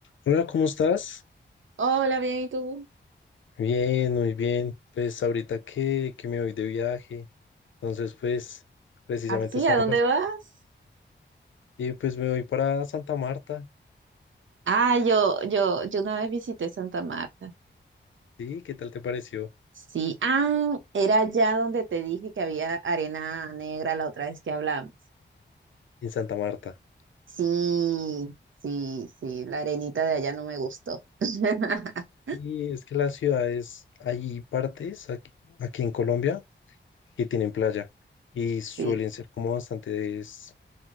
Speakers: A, on the left (about 80°); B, on the right (about 80°).
A: Hola, ¿cómo estás?
B: Hola, bien, ¿y tú?
A: Bien, muy bien. Pues ahorita que, que me voy de viaje, entonces pues precisamente
B: ¿Así?
A: estaba
B: ¿A dónde
A: pasando
B: vas?
A: y pues me voy para Santa Marta.
B: Ah, yo, yo, yo una vez visité Santa Marta.
A: ¿Sí? ¿Qué tal te pareció
B: Sí, ah, era allá donde te dije que había arena negra la otra vez que hablamos.
A: en Santa Marta?
B: Sí, sí, sí, la arenita de allá no me gustó. <laughs>
A: Sí, es que las ciudades, hay partes aquí, aquí en Colombia que tienen playa y suelen
B: Sí.
A: ser como bastante des-